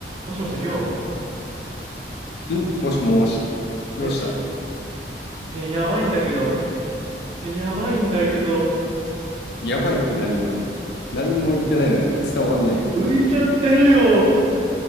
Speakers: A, on the right; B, on the left.
A: もしもし、りょう
B: ん、もしもし、どうしたの
A: え、きえ、やばいんだけど。え、やばいんだけど。
B: やばいって何が何にも言ってないのが伝わんないよ。
A: 浮いちゃってるよ。